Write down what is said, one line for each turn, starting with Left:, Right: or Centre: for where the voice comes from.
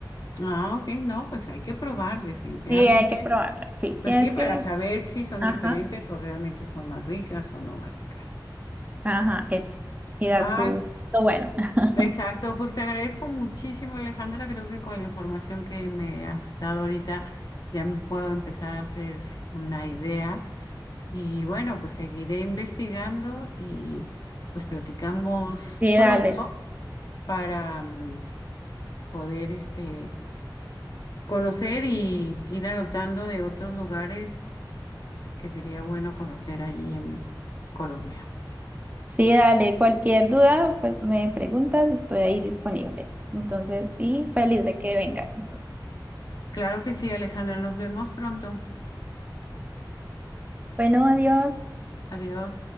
Left: Ah, ok, no, pues hay que probar definitivamente.
Right: Sí, hay que probarlas. Sí,
Left: Pues
Right: tienes
Left: sí, para
Right: que.
Left: saber si son
Right: Ajá,
Left: diferentes o realmente son más ricas o no más ricas.
Right: ajá, eso. Y das
Left: Ah,
Right: tú lo bueno. <laughs>
Left: exacto, pues te agradezco muchísimo, Alejandra. Creo que con la información que me has dado ahorita ya me puedo empezar a hacer una idea Y bueno, pues seguiré investigando y pues platicamos
Right: Sí,
Left: pronto
Right: dale.
Left: para mm, poder este, conocer y ir anotando de otros lugares que sería bueno conocer ahí en Colombia.
Right: Sí, dale, cualquier duda, pues me preguntas, estoy ahí disponible. Entonces, sí, feliz de que vengas entonces.
Left: Claro que sí, Alejandra, nos vemos pronto.
Right: Bueno, adiós.
Left: Adiós.